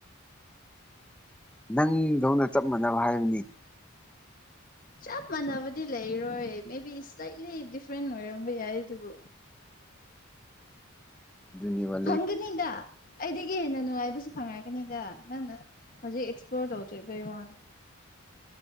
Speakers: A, in the centre; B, on the left.
A: ꯅꯪꯗꯧꯅ ꯆꯞ ꯃꯥꯟꯅꯕ ꯍꯥꯏꯕꯅꯤ
B: ꯆꯞ ꯃꯥꯟꯅꯕꯗꯤ ꯂꯩꯔꯣꯏ ꯃꯦ ꯕꯤ ꯁꯂꯥꯏꯠꯂꯤ ꯗꯤꯐ꯭ꯔꯦꯟ ꯑꯣꯏꯔꯝꯕ ꯌꯥꯏ ꯑꯗꯨꯕꯨ
A: ꯨꯑꯗꯨꯅꯤꯕ
B: ꯐꯪꯒꯅꯤꯗ ꯑꯩꯗꯒꯤ ꯍꯦꯟꯅ ꯅꯨꯡꯉꯥꯏꯕꯁꯨ ꯐꯪꯉꯛꯀꯅꯤꯗ ꯅꯪꯅ ꯍꯧꯖꯤꯛ ꯑꯦꯛꯁꯄ꯭ꯂꯣꯔ ꯇꯧꯗꯔꯤꯕꯩ ꯋꯥꯅꯤ